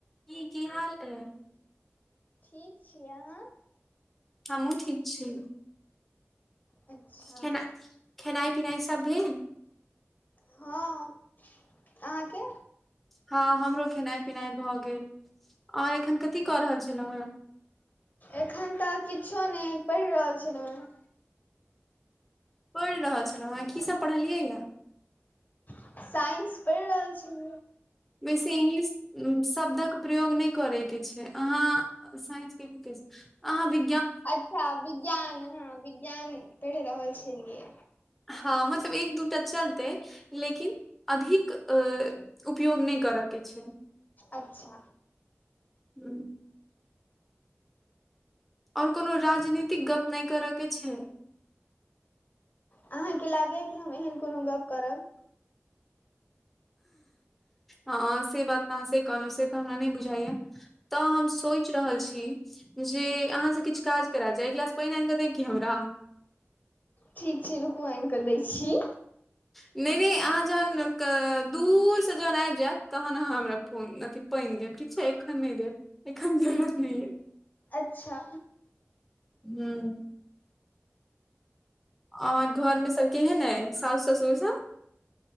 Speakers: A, in the centre; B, on the left.
A: की की हाल अ
B: ठीक छियै अहाँ
A: हमू ठीक छी
B: अच्छा
A: खेनाय खेनाय खेनाइ पिनाइ सब भेल
B: हँ अहाँके
A: हँ हमरो खेनाइ पिनाइ भऽ गेल आर एखन कथी कऽ रहल छलहुँ
B: एखन तऽ किछो नहि पढ़ि रहल छलहुँ हेँ
A: पढ़ि रहल छलहुँ हेँ कीसभ पढ़लियैए
B: हेँ साइंस पढ़ि रहल छी
A: बेसी इंग्लिश शब्दक प्रयोग नहि करयके छै अहाँ साइंसके भी क आ वि
B: अच्छा विज्ञान ह विज्ञान पढ़ि रहल छलीए
A: हँ मतलब एक दूटा चलते लेकिन अधिक उपयोग नहि कर के छै
B: अच्छा
A: ह्म आओर कोनो राजनीतिक गप नहि करयके छै
B: अहाँके लागैए कि हम एहन कोनो गप्प करब
A: ह से बात तऽ अहाँ से कहलहुँ से तऽ हमरा नहि बुझाइया तऽ हम सोचि रहल छी जे अहाँसँ किछु काज कराल जाय एक गिलास पानि आनि कऽ देब कि हमरा <inaudible>
B: ठीक छै रू आइन छीी
A: ह नहि नहि अहाँ जहन दूर से जहन आबि जायत तहन अहाँ हमरा फोन अथी पानि देब ठीक छै एखन नहि देब एखन जरुरत नहि अए
B: अच्छा
A: हुँ आओर घरमे सभ केहन अइ साासु ससुर सभ